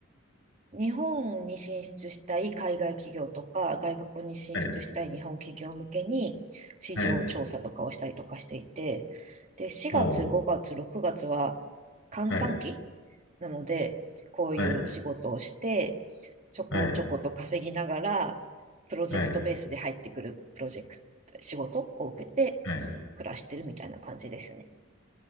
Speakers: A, on the right (about 35°); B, on the left (about 65°).
A: 日本に進出したい海外企業とか、外国に進出したい日本企業向けに市場調査とかをしたりとかしていて、
B: はい。はい。
A: で、4月、
B: おー
A: 5月、6月は閑散期
B: はい。
A: なので、こういう仕事をして、
B: はい。
A: ちょこちょこと稼ぎながら、
B: はい。
A: プロジェクトベースで入ってくるプロジェクト、
B: はい。
A: 仕事を受けて暮らしてるみたいな感じですね。
B: はい。